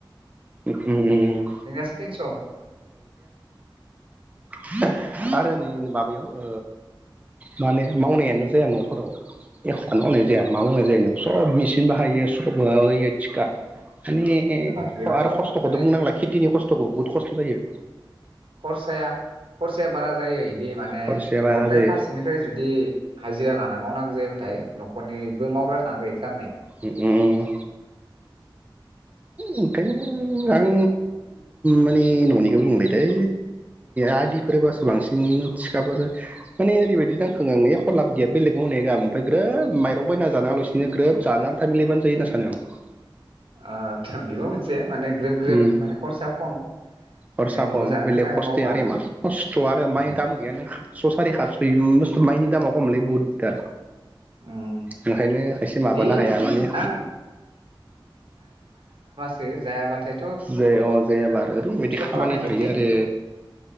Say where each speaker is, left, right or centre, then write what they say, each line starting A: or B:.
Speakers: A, on the right; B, on the right.
A: उम
B: जोंनियासो तिनस' ओ
A: <unintelligible> आरो नै माबायाव ओ माने मावनायानो जाया न'फोराव एख'नो मावनाय जाया मा मावनाय जायो नों सब मेचिन बाहायो सब होयो थिखा। माने
B: इयावनोथ'
A: आरो खस्थ'खौथ'
B: माने
A: बुंनांला खेथि खस्थ'खौ बुहुत खस्थ' जायो।
B: खरसाया खरसाया बारा जायो इदि माने
A: खरसाया बारा
B: गथथाय
A: जायो
B: फारसेनिफ्राय जुदि हाजिरा लाना मावनांगौ जायोब्लाथाय नखरनिबो मावग्रा थानांगै इखारने
A: उम उम ओंखायनो आं माने न'निखौ बुंलाय दै आदिफोरोबासो बांसिन थिखाफोर माने ओरैबायदि नांखांऔ आं एख लाब गैया बेलेग मावनाय गाहाम ओमफ्राय ग्रोब माइरं बायना जानाङालासिनो ग्रोब जानानै थां मिलायबानो जायो होना सानो आं।
B: आदसा बेबो मोनसे माने ग्रोब ग्रोब
A: उम
B: माने खरसायाव खम
A: खरसा
B: माने न'आव
A: खम
B: जानो
A: बेलेग
B: थाखाय
A: खस्थ‌
B: मावबा
A: आरो इमान खस्थ आरो
B: नङा
A: माइ
B: होमबा
A: दाम गैयानो ओंखार स सारि बस्थु माइनि दामा खमलै बहुद दा
B: उम
A: ओंखायनो खायसे माबानो
B: ओइ
A: हाया माने‌
B: आं जायाबाथाय
A: जाया अ जायाब्ला ओरैबायदि खामानि
B: खालामनाय
A: थायो
B: एखे
A: आरो